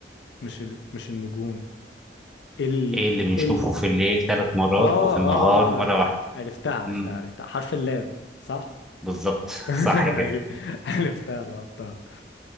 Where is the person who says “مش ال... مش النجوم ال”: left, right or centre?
Left